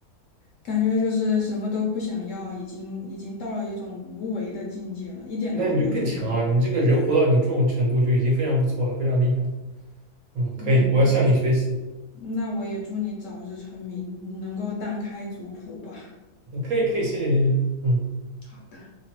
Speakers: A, on the left (about 65°); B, on the right (about 65°).
A: 感觉就是什么都不想要，已经已经到了一种无为的境界了，一点都不想成为。
B: 那你就更强了。你这个人活到你这种程度就已经非常不错了，非常厉害了。嗯，
A: 嗯，
B: 可以，我要向你学习。
A: 那我也祝你早日成名，能够单开族谱吧。
B: 嗯可以，可以，谢谢，谢谢。嗯。
A: 好的。